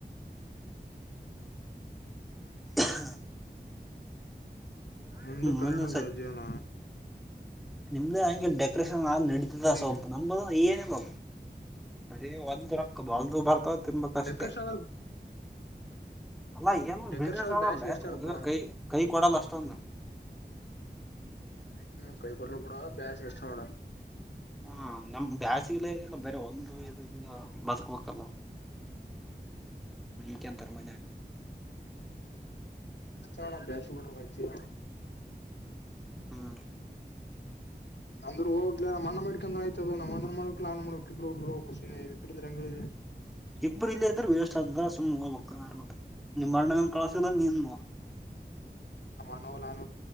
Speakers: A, on the left (about 90°); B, in the centre.
A: ನೀ
B: ಹಾ
A: ಮುಂದು ಕಲಿದ
B: ಮುಂದಿನ
A: ಜೀವನ.
B: ನಿಮ್ದೇ ಹಂಗೆ ಡೆಕೋರೇಷನ್ ಆದ ನಡತಿದ್ದ
A: ಎಲ್ಲಿ
B: ಸೊಪು ನಂಬ ಏನ ಇಲ. ಅರಿ ಒಂದ ರೊಕ್ಕ ಬಲ್ದು ಬರ್ತಾವ ತುಂಬಾ ಕಷ್ಟೆ.
A: ಡೆಕರ್ಷನ್
B: ಅಲ್ಲಾ ಏನೊಂದ
A: ಡೆಕರ್ಷನ್
B: ಬಿಸ್ನೆಸ್ ಆಲ್ಲಗ
A: ಬ್ಯಾಸ್ ಎಷ್ಟ ಅಲ್ಪ
B: ಕೈ ಕೈ ಕೊಡಲ್ಲ ಅಷ್ಟೊಂದು.
A: ಹ್ಮ ಕೈ ಕೊಟ್ರರು ಕೂಡ ಬ್ಯಾಸ ಎಷ್ಟ ನೋಡ.
B: ಹ್ಮ ನಮ್ ಬ್ಯಾಸಿಗ್ಲಲ್ಲ ಬರ ಒಂದು ಇದ ಬದುಕಬೇಕಲ್ಲ. ವಿಕನ್ ತರ್ಮನ.
A: ಅಣ್ಣ ಬೇಷ ಬಿಡ್ರಡದ
B: ಹ್ಮ್
A: ಅಂದ್ರರು ಹೋಗ್ ನ ಅ್ಣ ಮಾಡಕಂದ್ರ ಆಯ್ತದ ನ ಅಣ್ಣ ಮಾಡಕ್ ನಾನ್ ಮಾಡಕ್ ಇದ್ರರುಬ್ ಹೋಗ. ಇಬ್ಬರು <unintelligible>
B: ಇಬ್ಬರು ಇಲ್ಲೇ ಇದ್ದೀರಾ ವೇಸ್ಟ್ ಆದದ ಸುಮ ಹವ್ ಆರ ನಿಮ್ ಅಣ್ಣ ಕಳಸ ನೀನ್ ನೋ
A: ನ ಮಣ್ಣೋಲ್ಲಾನ